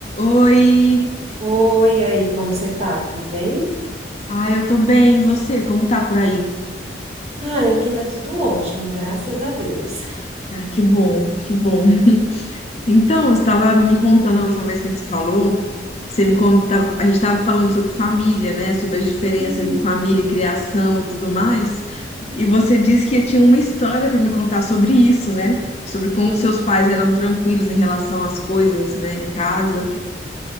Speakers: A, on the left (about 35°); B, on the right (about 35°).
A: Oi!
B: Oi, e aí, como você tá? Tudo bem?
A: Ah, eu tô bem, e você? Como tá por aí?
B: Ai, aqui tá tudo ótimo, graças a Deus.
A: Ah, que bom, que bom. <laughs> Então, eu estava me contando a última vez que a gente se falou, você me contava, a gente estava falando sobre família, né? Sobre as diferenças
B: Isso.
A: de família, criação e tudo mais.
B: Hum,
A: E você disse que tinha uma história para me contar sobre isso, né? Sobre como
B: menina.
A: seus pais eram tranquilos em relação às coisas, né, em casa.
B: Ah,